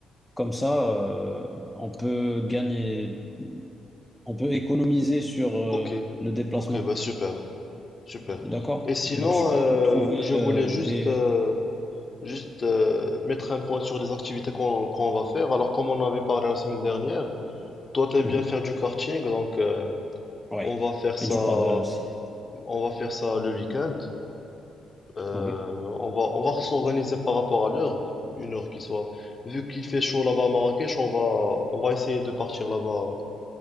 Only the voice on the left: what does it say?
Ok,
ok, bah super, super.
Et sinon,
euh,
je voulais
juste,
euh, juste euh, mettre un point sur les activités qu'on qu'on va faire. Alors, comme on avait parlé la semaine dernière, toi, t'aimes
bien faire du karting, donc euh,
on va faire ça,
on
va faire ça le week-end. Euh,
on va, on va s'organiser par rapport à l'heure, une heure qui soit. Vu qu'il fait chaud là-bas à Marrakech, on va, on va essayer de partir là-bas